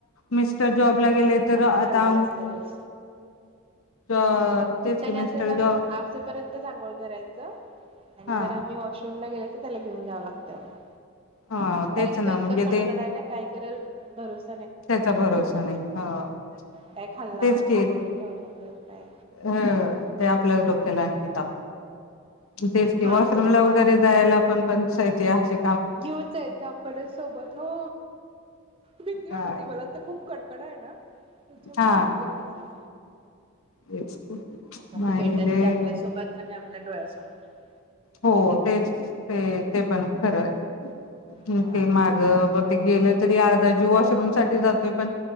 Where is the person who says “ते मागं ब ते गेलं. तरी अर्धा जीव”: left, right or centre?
Left